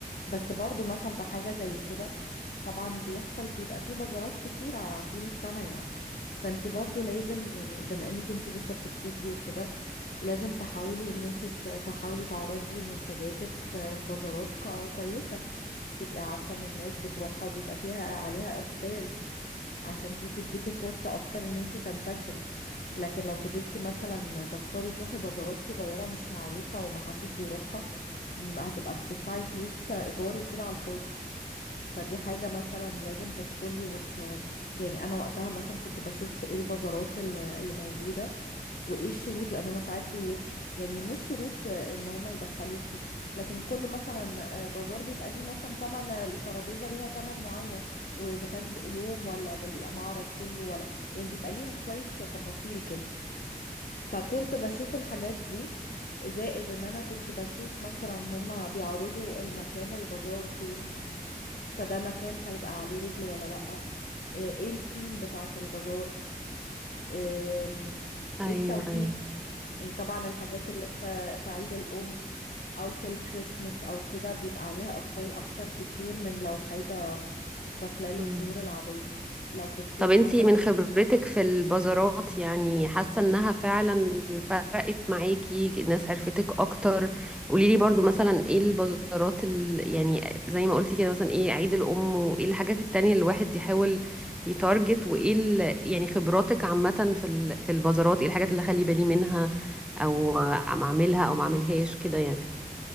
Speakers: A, on the left; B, in the centre.
A: بس برضو مثلا في حاجة زي كده طبعا بيحصل بيبقى فيه بازارات كتيرة طول السنة يعني فانت برضو لازم يعني بما انك انت لسه بتبتدي وكده لازم تحاولي ان انت ت- تحاولي تعرضي منتجاتك في بازارات ك- كويسة تبقي عارفة ان الناس بتروحها وبيبقى فيها عليها اقبال عشان دي تديكي فرصة اكتر ان انتي تنتشري لكن لو فضلتي مثلا تختاري تروحي بازارات صغيرة مش معروفة ومحدش بيروحها م، هتبقى بتدفعي فلوس ايجار وكده على الفاضي فدي حاجة مثلا لازم تدخلي وت... يعني أنا وقتها مثلا كنت بشوف إيه البازارات اللي اللي موجودة وإيه الشروط لأن هما ساعات بي... يعني مش شروط إن هما يدخلوكي لكن كل مثلا آه، بازار بيبقى ليه مثلا تمن الترابيزة ليها تمن معين وإذا كان يوم ولا بالمعرض كله ولا يعني بيبقى ليهم شوية تفاصيل كده فكنت بشوف الحاجات دي زائد إن أنا كنت بشوف مثلا هما بيعرضوا المكان البازار فين فده مكان هيبقى عليه رجل ولا لأ آه، ايه الثيم بتاعة البازار آم،
B: ايوه
A: ايه التوقيت
B: ايوه
A: يعني طبعا الحاجات اللي في في عيد الأم أو في الكريسماس أو كده بيبقى عليها إقبال أكتر كتير من لو حاجة في خلال
B: امم
A: الشهور العادية لو في الصيف
B: طب انتي
A: مثلا
B: من خبرتك في البازارات يعني حاسة انها فعلا فرقت معاكي الناس عرفتك اكتر قوليلي برضو مثلا ايه البازارات ال... يعني زي ما قلتي كده مثلا ايه عيد الام وايه الحاجات التانية اللي الواحد يحاول يتارجت وايه ال... يعني خبراتك عامة في ال... في البازارات ايه الحاجات اللي اخلي بالي منها او ما اعملها او ما اعملها او ما اعملها او ما اعملهاش كده يعني